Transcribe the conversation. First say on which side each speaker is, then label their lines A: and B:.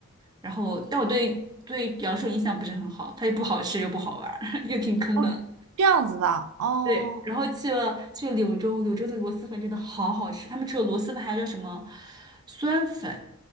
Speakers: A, on the right; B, on the right.
A: 然后，但我对对阳朔印象不是很好，它又不好吃又不好玩儿 <laughs> 又挺坑的。
B: 哦，这样子的。哦，
A: 对，然后去了去了柳州，柳州的螺蛳粉真的好好吃，他们除了螺蛳粉还有叫什么酸粉，